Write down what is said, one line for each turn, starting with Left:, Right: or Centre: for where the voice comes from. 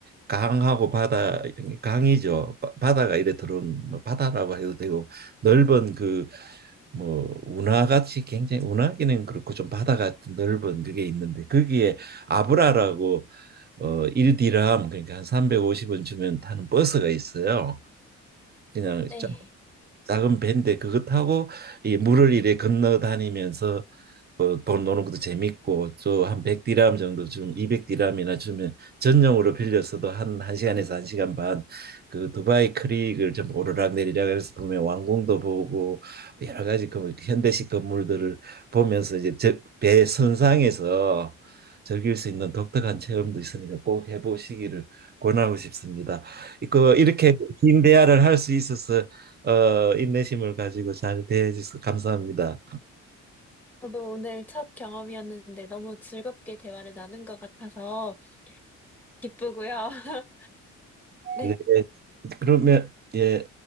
Right: 강하고 바다 이런 게 강이죠 바- 바다가 이래 들어온 뭐 바다라고 해도 되고 넓은 그 뭐 운하같이 굉장히 운하기는 그렇고 좀 바다 같은 넓은 그게 있는데 거기에 아브라라고 어 일 디람 그러니까 한 350원 주면 타는 버스가 있어요. 그냥
Centre: 네.
Right: 자- 작은 배인데 그것 타고 이 물을 이래 건너 다니면서 어, 돈 노는 것도 재밌고 또 한 100디람 정도 좀 200디람이나 주면 전용으로 빌려서도 한 1시간에서 1시간 반 그 두바이 크릭을 좀 오르락내리락 하면서 보면 왕궁도 보고 여러 가지 그 현대식 건물들을 보면서 이제 저- 배 선상에서 즐길 수 있는 독특한 체험도 있으니까 꼭 해보시기를 권하고 싶습니다. 그 이렇게 긴 대화를 할 수 있어서 어, 인내심을 가지고 잘 대해 주셔서 감사합니다.
Centre: 저도 오늘 첫 경험이었는데 너무 즐겁게 대화를 나눈 것 같아서 기쁘고요. <laughs> 네.
Right: 네. 그러면 예,